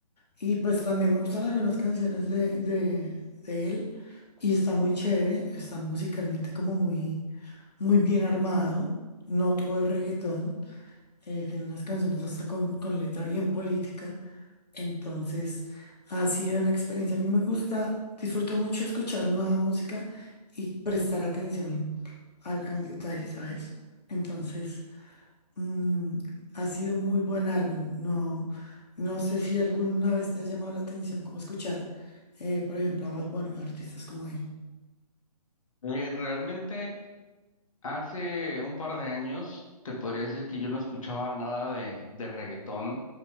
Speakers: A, on the left (about 80°); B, on the left (about 55°).
A: Y pues también me gustan algunas canciones de, de, de él y está muy chévere, está musicalmente como muy, muy bien armado, no todo es reggaetón, eh, tiene unas canciones hasta con, con letra bien política, entonces ha sido una experiencia, a mí me gusta, disfruto mucho escuchar nueva música y prestar atención al, al detalle, ¿sabes? Entonces... Mm, ha sido un muy buen álbum. No, no sé si alguna vez te ha llamado la atención cómo escuchar, eh, por ejemplo, a Bad Bunny, artistas como él.
B: Eh, realmente Hace un par de años te podría decir que yo no escuchaba nada de, de reggaetón